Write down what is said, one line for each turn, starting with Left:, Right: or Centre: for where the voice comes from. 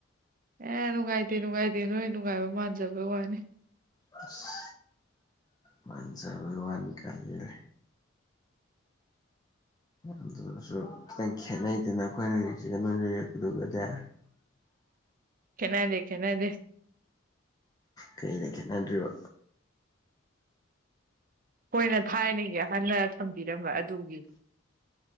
Right: ꯑꯦ ꯅꯨꯡꯉꯥꯏꯇꯦ ꯅꯨꯡꯉꯥꯏꯇꯦ ꯅꯣꯏ ꯅꯨꯡꯉꯥꯏꯕ ꯃꯥꯟꯖꯕꯩ ꯋꯥꯅꯤ
Left: ꯃꯁ ꯃꯟꯖꯕꯩꯅꯤ ꯋꯥ ꯀꯥꯏ ꯌꯦ ꯑꯗꯨ ꯑꯣꯏꯔꯁꯨ ꯈꯤꯇꯪ ꯈꯦꯠꯅꯩꯗꯅ ꯑꯩꯈꯣꯏꯅ ꯂꯩꯛꯁꯤꯒ ꯅꯣꯏ ꯂꯩꯔꯄꯗꯨꯒꯗꯤ <unintelligible>
Right: ꯈꯦꯠꯅꯥꯗꯦ ꯈꯦꯠꯅꯥꯗꯦ
Left: ꯀꯔꯤꯗ ꯈꯦꯠꯅꯗ꯭ꯔꯤꯕ
Right: ꯑꯩꯈ‌ꯣꯏꯅ ꯊꯥꯏꯅꯒꯤ ꯑꯍꯟꯅ ꯊꯝꯕꯤꯔꯝꯕ ꯑꯗꯨꯒꯤ